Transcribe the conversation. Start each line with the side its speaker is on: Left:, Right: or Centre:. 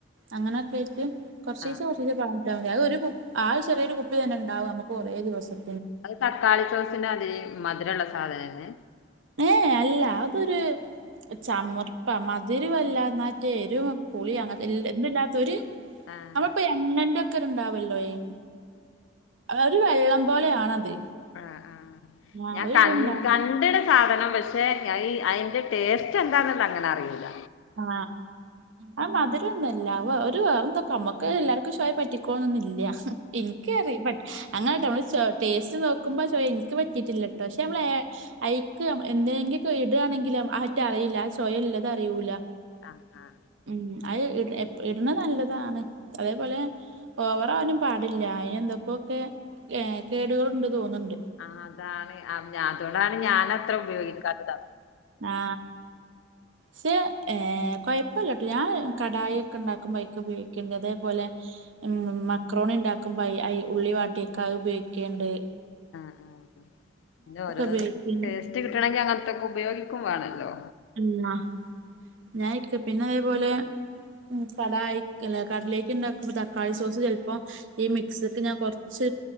Right: അങ്ങനെയൊക്കൊയിട്ട് കൊർച്ചീച്ചേ
Left: ആഹ്
Right: കൊർച്ചീച്ചേ താമതി അത് ഒരു ആ ചെറിയൊരു കുപ്പി തന്നെ ഉണ്ടാവും നമുക്ക് കുറേ ദിവസം
Left: അത് തക്കാളി സോസിന്റെ അതെ മധുരള്ളത് <unintelligible>
Right: ഏ അല്ല അതൊരു ചമർപ്പാ മധുരവും അല്ല എന്നാറ്റേ എരുപുളി അങ്ങൻതെ എന്ത്ല്ലാത്തൊരു
Left: ആഹ്
Right: ഞമ്മളിപ്പൊ എണ്ണന്റൊക്കെ ണ്ടാവല്ലോ അയ് ഒരു വെള്ളം പോലെയാണത്
Left: ആ ആ
Right: ആഹ്
Left: ഞാ
Right: ഒരിതുണ്ടാവും
Left: കൺ കണ്ട്ണ് സാധനം പക്ഷെ ഞായി ഐന്റെ ടേസ്റ്റ് എന്താന്നുള്ളതങ്ങനെ അറിയൂല
Right: ആ അത് മധുരൊന്നും അല്ല വൊ ഒരു വേറെന്തോ ക്കമ്മക്ക് ല്ലാർക്കും ശൊയ പറ്റിക്കോൾണന്നില്ല ഇൻക് അറീ പട് അങ്ങനെട്ടൊ ചൊ ടേസ്റ്റ് നോക്കുമ്പോ ചൊയ ഇൻക്ക് പറ്റീട്ടില്ലട്ടോ ക്ഷെ നമ്മളേ ഐക്ക് എന്തെങ്കിക്ക്ടാണെങ്കിലും ആറ്റ അറിയില്ല ആ ശൊയയിള്ളത് അറിയൂല
Left: ആ ആ
Right: ഉം അത് ഇടു എപ്പ ഇട്ണ് നല്ലതാണ് അതേപോലെ ഓവറാവാനും പാടില്ല ഐനെന്തൊക്കോക്കെ ഏ കേടുകളുണ്ട് തോന്നുന്
Left: ആ അതാണ് അൻഅതോണ്ടാണ് ഞാൻത്ര ഉപയോഗിക്ക കാത്തത്
Right: ആ ഷെ ഏ കൊയപ്പല്ലട്ടോ ഞാൻ കടായിക്കെ ണ്ടാക്കുമ്പോ ഐക്പയോഗിക്കും അതേപോലെ ഉം മക്രോണിണ്ടാക്കുമ്പോ ഐ ഐ ഉള്ളി വാട്ടിക്കെ ഉപയോഗിക്ക്ണ്ട്
Left: ആ ആ അ പിന്നെ ഓരോരൊ
Right: ഉപയോഗിക്കണ്ട്
Left: ടേസ്റ്റ് കിട്ടണെങ്കിങ്ങൻത്തൊക്കെ ഉപ് ഉപയോഗിക്കും വേണല്ലോ
Right: പിന്നെ ഞാൻ ഇക്ക് പിന്നെ അതേപോലെ കടായിക് അല്ല കട്ലേറ്റ് ഇണ്ടാക്കുമ്പോ തക്കാളി സോസ് ചിലപ്പോ ഈ മിക്സ്ക്ക് ഞാൻ കൊറച്ച്